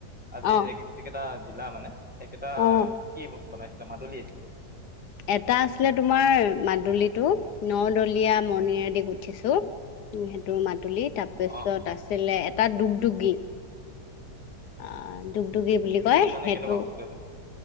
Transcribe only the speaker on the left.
অঁ
অঁ
এটা আছিলে তোমাৰ মাদুলীটো নদলীয়া মণিৰেদি গুঠিছো। সেইটো মাদুলি তাৰপিছত
আছিলে এটা ডগডুগি। আহ দুগদগী
বুলি কয়
সেইটো।